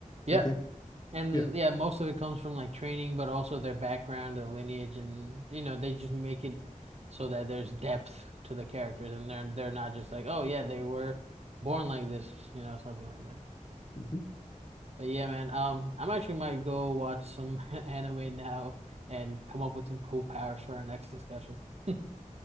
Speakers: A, on the right; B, on the left.
A: Yeah.
B: I think.
A: And
B: Yeah.
A: yeah, most of it comes from like training, but also their background, their lineage, and you know, they just make it so that there's depth to the characters and they're they're not just like, oh yeah, they were born like this, you know, something like that.
B: Mm-hmm.
A: But yeah, man, um, I'm actually might go watch some <laughs> anime now and come up with some cool powers for our next discussion. <laughs>